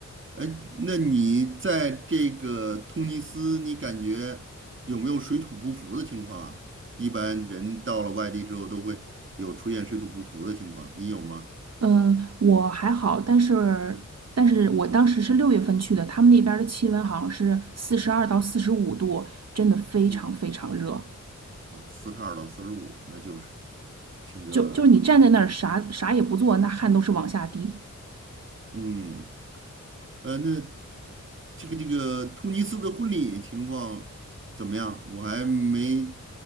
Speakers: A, on the right; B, on the right.
A: 哎，那你在这个突尼斯，你感觉有没有水土不服的情况啊？一般人到了外地之后都会有出现水土不服的情况，你有吗？
B: 嗯，呃我还好，但是但是我当时是六月份去的，他们那边儿的气温好像是四十二到四十五度，真的非常非常热。
A: 嗯。哦，四十二到四十五，那就是挺热的。
B: 就就是你站在那儿啥啥也不做，那汗都是往下滴。
A: 嗯，呃，那这个这个突尼斯的婚礼情况怎么样？我还没